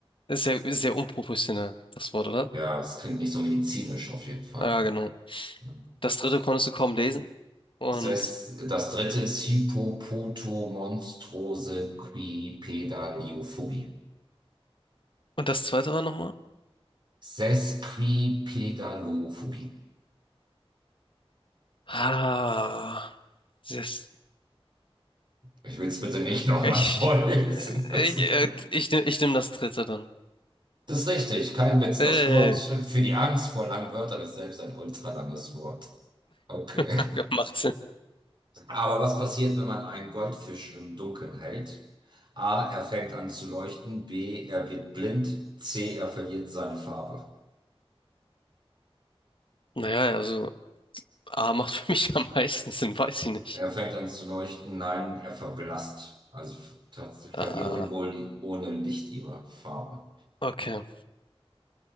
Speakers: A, on the left; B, on the right.
A: ist ja sehr unprofessionell, das Wort, oder?
B: Ja, es klingt nicht so medizinisch auf jeden Fall.
A: Ja, genau.
B: Ne?
A: Das Dritte konntest du kaum lesen. Und,
B: Das heißt, das dritte ist Hippopotomonstrosequipedaliophobie.
A: und das Zweite war nochmal?
B: Sesquipedalophobie. Sesquipedalophobie.
A: Ah, das,
B: Ich will es bitte nicht nochmals
A: ich,
B: <laughs> vorlesen müssen.
A: äh, ich, äh, ich, nehm- ich nehme das Dritte dann.
B: Das ist richtig, kein Witz. Das
A: Ey,
B: Wort für die Angst vor langen Wörtern ist selbst ein ultralanges Wort. Okay.
A: <laughs> macht Sinn.
B: Aber was passiert, wenn man einen Goldfisch im Dunkeln hält? A, er fängt an zu leuchten. B, er wird blind. C, er verliert seine Farbe.
A: Naja, also A macht für mich am meisten Sinn, weiß ich nicht.
B: Er fängt an zu leuchten. Nein, er verblasst. Also tatsächlich verlieren
A: Ah,
B: wohl die- ohne Licht ihre Farbe.
A: okay.